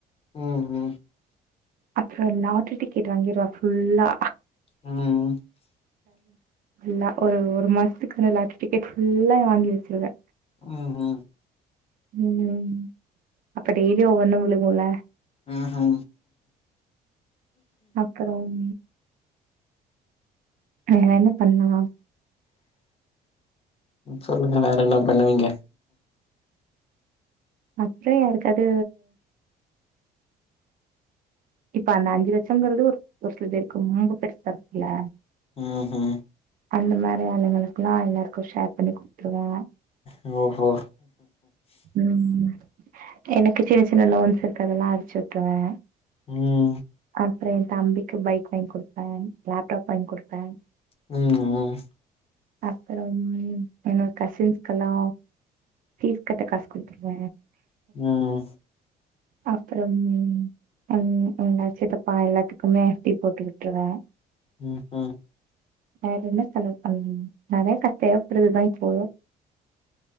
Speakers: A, on the left; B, on the right.
A: உம் உம்
B: அப்புறோ லாட்ரி டிக்கெட் வாங்கிருவ ஃபுல்லா
A: உம் உம்
B: ல்ல ஒரு ஒரு மாசத்துக்குகான லாட்ரிடிக்கெட் ஃபுல்லா வாங்கி வச்சிருவே
A: உம் உம்
B: உம் அப்ப டெய்லியு ஒவ்வொன்னு விழுகுல
A: ம்ஹூ
B: அப்புறோம் வேர என்ன பண்லா
A: சொல்லுங்க வேற என்ன பண்ணுவீங்க
B: அப்புறோ யாருக்காது இப்ப அந்த அஞ்சு லட்சம்ங்கிறது ஒரு ஒரு சில பேருக்கு ரொம்ப பெருசா இருக்குல்ல
A: ம்ஹூ
B: அந்த மாரி ஆளுங்களுகெல்லா எல்லாருக்கு ஷேர் பண்ணி குடுத்துருவா
A: ஓ ஓ
B: உம் எனக்கு சின்ன சின்ன லோன்ஸ் இருக்கு அதெல்லா அடச்சி விட்டுருவே
A: உம்
B: அப்புறோ எ தம்பிக்கு பைக் வாங்கி கொடுப்பே லேப்டாப் வாங்கி குடுப்பே
A: ம்
B: அப்புறோ மே என்னோட கசின்ஸ்கெல்லா பீஸ் கட்ட காசு குடுத்துருவ
A: ம்
B: அப்புறோம் உம் உா சித்தப்பா எல்லாத்துக்குமே எஃப்டி போட்டு விட்டுருவே
A: உம் உம்
B: வேற என்ன செலவு பண்ணுவிங்க நெறையா கஷ தேவைப்படுதுதா இப்போ